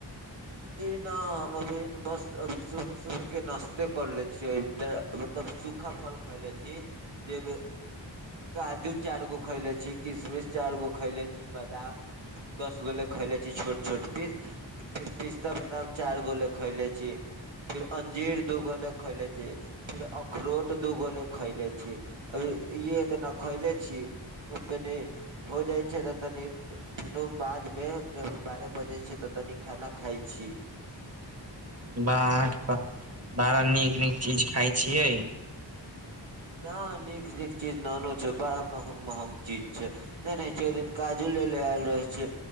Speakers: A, on the right; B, on the right.
A: जी ना हम अभी बस- अभी सुबह -सुबह के नाश्ते करले छियै। डै- मतलब सूखा फल खैले छी जै में काजू चार गो खयले छी किशमिश चारि गो खयले छी बदाम दस गो ले खैले छी छोट -छोट पीस फिर पिस्ता बादाम चाइर गो ले खैइले छी। फिर अंजीर दूगो ले खैइले छी, फिर अखरोट दूगो ले खैइले छी अभि इ ये- इतना खैइले छी इतनि हो जाय छै तऽ तनी फेनो बाद मे जब बारह बजय छै तऽ तनी खाना खाइ छी।
B: बाह बा- बाड़ा नीक नीक चीज खाइ छियै।
A: नऽ नीक नीक चीज ननो छै बड़ा महग महग चीज छै। <unintelligible> छै ओइ दिन काजु ले ले ऐल रहै छे।